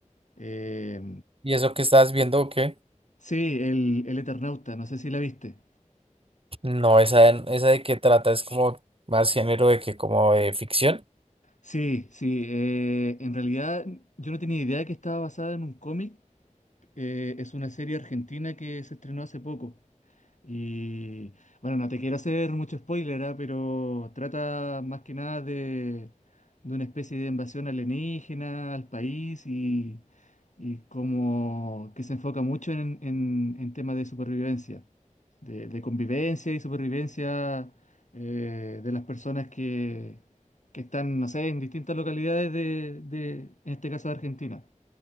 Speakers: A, on the left (about 70°); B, on the right (about 45°).
A: Eh,
B: ¿Y eso que estás viendo o qué?
A: sí, el, el Eternauta, no sé si la viste.
B: No, esa, de- esa de qué trata es como más género de que como de ficción.
A: Sí, sí, eh, en realidad yo no tenía idea que estaba basada en un cómic. Eh, es una serie argentina que se estrenó hace poco. Y bueno, no te quiero hacer mucho spoiler, ¿ah? Pero trata más que nada de, de una especie de invasión alienígena al país y, y como que se enfoca mucho en, en, en temas de supervivencia, de, de convivencia y supervivencia eh, de las personas que, que están, no sé, en distintas localidades de, de, en este caso de Argentina.